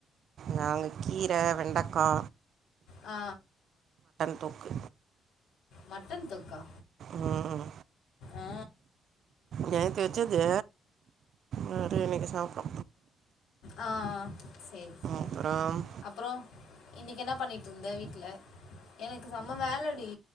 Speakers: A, on the right; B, on the left.
A: நாங்க கீர வெண்டக்கா
B: ஆ
A: தொக்கு
B: மட்டன் தொக்கா
A: ம்
B: ஆ
A: நேத்து வெச்சது சரி இன்னைக்கு சாப்ட்டோ
B: அ ஆ சேரி சேரி
A: அப்புறம்
B: அப்றோ இன்னைக்கு என்ன பண்ணிட்ருந்த வீட்ல எனக்கு செம்ம வேலடி